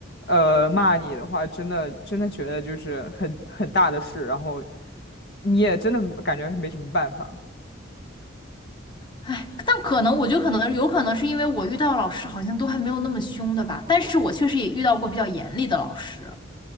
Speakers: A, on the left; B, on the left.
A: 呃，骂你的话，真的真的觉得就是很很大的事，然后你也真的感觉没什么办法。
B: 哎，但可能我觉得可能有可能是因为我遇到老师好像都还没有那么凶的吧，但是我确实也遇到过比较严厉的老师，